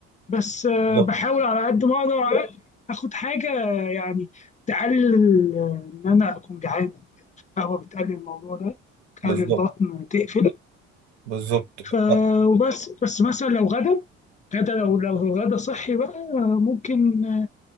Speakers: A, on the left; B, on the right.
A: بس آه،
B: بالظبط
A: بحاول على قد ما اقدر على- اخد حاجه يعني تقلل آه، ان انا اكون جعان القهوه بتقلل الموضوع ده تقلل
B: بالظبط
A: البطن تقفل
B: بالظبط
A: ف
B: آه.
A: وبس بس مثلا لو غدا غدا لو لو الغدا صحي بقى ممكن